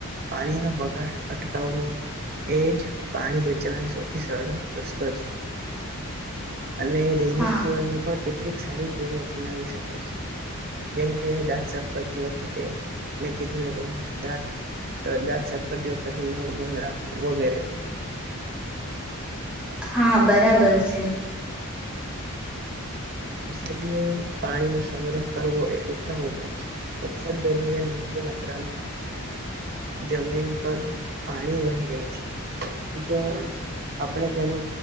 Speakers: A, on the right; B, in the centre.
A: પાણીનો બગાડ અટકાવવો એ જ પાણી બચાવવાનો સૌથી સરળ રસ્તો છે અને દૈનિક
B: હા
A: જીવનનો પણ કેટલીક સારી ટેવો અપનાવી શકાય છે જેમકે દાંત સાપરતી વખતે મેં કીધું એ પ્રમાણે દાંત દાંત સાપરતી વખતે નળ બંધ રાખ વગેરે વા
B: હા બરાબર છે
A: વરસાદી પાણીનોો સંગ્રહ કરવો એ ઉત્તમ ઉપાય છે વરસાદ દરમિયાન મોટી માત્રામાં જમીન પર પાણી વહી ગાય છે જો આપણે ત્યાનો